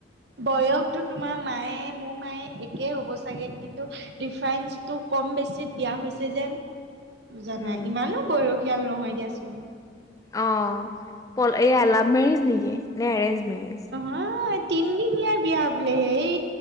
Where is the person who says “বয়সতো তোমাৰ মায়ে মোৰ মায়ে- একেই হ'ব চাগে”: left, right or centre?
Right